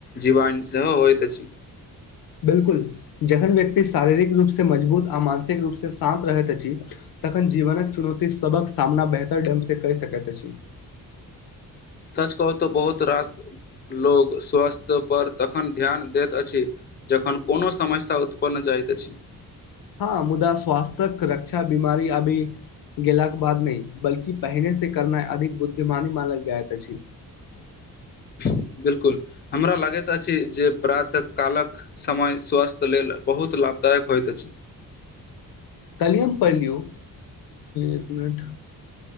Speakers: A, on the left (about 30°); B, on the left (about 75°).
A: जीवन सेहो होइत अछि
B: बिलकुल जखन व्यक्ति शारीरिक रूप से मजबूत आ मानसिक रूप से शान्त रहैत अछि तखन जीवनक चुनौती सबक सामना बेहतर ढंग से करि सकैत अछि
A: <inaudible> सच कहू तऽ बहुत रास लोग स्वास्थय पर तखन ध्यान दैत अछि जखन कोनो समस्या उत्पन्न जाइत अछि
B: हँ मुदा स्वास्थक रक्षा बीमारी अभी गेलाक बाद नहि बल्कि पहिने से करनाइ अधिक बुद्धिमानी मानल जाइत अछि
A: <inaudible> बिलकुल हमरा लगैत अछि जे प्रातः कालक समय स्वास्थ लेल बहुत लाभ लभदायक होइत अछि
B: कलि हम पढ़ लियौ एक मिनट